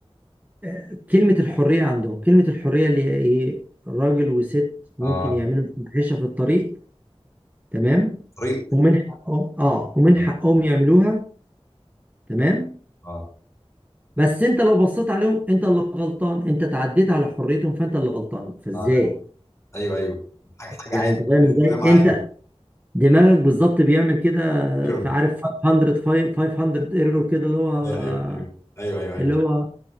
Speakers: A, on the right; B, on the left.
A: آه، كلمة الحرية عندهم كلمة الحرية اللي هي إيه راجل وست ممكن
B: اه
A: يعملوا فاحشة في الطريق تمام
B: طريق
A: ومن حقهم اه ومن
B: اه
A: حقهم يعملوها تمام
B: اه
A: بس انت لو بصيت عليهم انت اللي غلطان انت تعديت على حريتهم فانت اللي غلطان فازاي
B: آه، لا ايوه ايوه حاجه حاجه
A: يعني
B: عايزه
A: انت فاهم
B: كده
A: ازاي
B: كده معايا
A: انت دماغك بالظبط بيعمل كده
B: ايوه
A: فعارف 500 fi- 500 ايرور كده اللي هو
B: ايوه ايوه ايوه ايوه ايوه
A: اللي هو